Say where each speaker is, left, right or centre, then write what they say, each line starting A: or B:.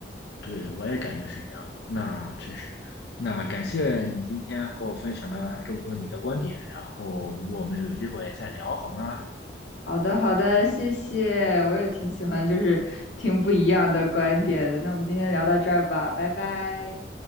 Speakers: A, on the left; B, on the left.
A: 对，我也感觉是这样。那确实，那感谢你今天和我分享了这么多你的观点，然后如果我们有机会再聊，好吗？
B: 好的，好的，谢谢，我也挺喜欢，就是听不一样的观点的。那我们今天聊到这儿吧，拜拜。